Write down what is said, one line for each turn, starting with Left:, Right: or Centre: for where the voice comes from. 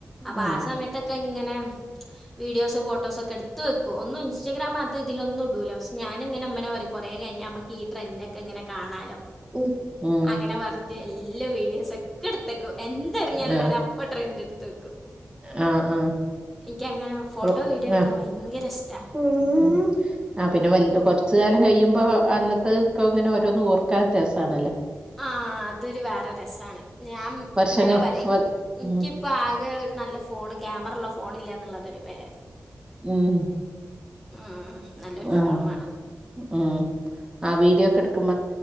Centre: അപ്പ
Right: ഉം
Centre: ആഹ് സമയ ത്തെക്കെങ്ങനെ വീഡിയോസ് ഫോട്ടോസൊക്കെ ഇട്ത്ത് വെക്കും ഒന്നും ഇൻസ്റ്റഗ്രാം അത് ഇതിലൊന്നു ടൂല പക്ഷെ ഞാനിങ്ങനെ ഇമ്മനെ പറിം കൊറേ കഴിഞ്ഞാമ്മക്ക് ഈ ട്രെൻ്റൊക്കെ ഇങ്ങനെ കാണാലോ
Right: ഉം
Centre: അങ്ങനെ വർതെ എല്ല വീഡിയോസൊ ക്കെ ഇട്ത്തെക്കും എന്തെറ്ങ്ങിയാലും
Right: ആഹ്
Centre: ഞാനപ്പൊ ട്രെൻഡ് ഇട്ത്തെക്കും
Right: ആഹ് ആഹ്
Centre: ഇൻക്കങ്ങനെ ഫോട്ടോ
Right: ഓഹ്
Centre: വീഡിയോ ഇട്ക്കാൻ
Right: ആഹ്
Centre: വയങ്കര ഇഷ്ടാ.
Right: ഉം ആ പിന്നെ വൽ കെർച്ച് കാലം കയ്യുമ്പോ അന്നത്തഹ് ക്കെ ഇങ്ങനെ ഓരോന്ന് ഓർക്കാൻ രസാണ് അല്ല
Centre: ആഹ് അതൊരു വേറെ രസമാണ് ഞാൻ
Right: വർഷങ്ങൾ
Centre: മ്മനോ പറയും
Right: വർ
Centre: ഇനിക്ക്
Right: ഉം
Centre: ഇപ്പ ആകെ ഒരു നല്ല ഫോണ് ക്യാമറ ള്ള ഫോണ് ഇല്ല എന്നുള്ളതൊരു പരാതി
Right: ഉം
Centre: മ് നല്ലൊരു
Right: ആഹ്
Centre: ഫോൺ വേണം
Right: ഉം ആ വീഡിയോ ഒക്കെ എ